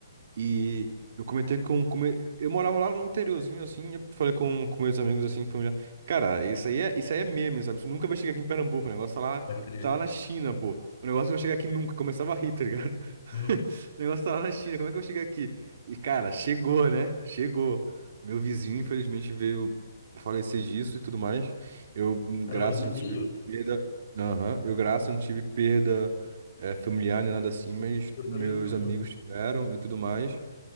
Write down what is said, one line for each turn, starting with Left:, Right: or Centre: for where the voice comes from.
Right: E eu comentei com, com me- eu morava lá no interiorzinho, assim, eu falei com, com meus amigos, assim, familiar. Cara, isso aí é, isso aí é meme, sabe? Isso nunca vai chegar aqui em Pernambuco, o negócio tá lá,
Left: Pode crer.
Right: tá lá na China, pô. O negócio vai chegar aqui nunca, começava a rir, tá ligado?
Left: Uhum.
Right: <laughs> O negócio tá lá na China, como é que eu chego aqui? E, cara, chegou, né? Chegou. Meu vizinho, infelizmente, veio falecer disso e tudo mais. Eu, hum,
Left: Caramba,
Right: graças,
Left: vizinho?
Right: não tive perda. Aham, Eu, graças, não tive perda eh, familiar nem nada assim, mas
Left: Eu
Right: meus
Left: também não,
Right: amigos
Left: mano.
Right: tiveram e tudo mais.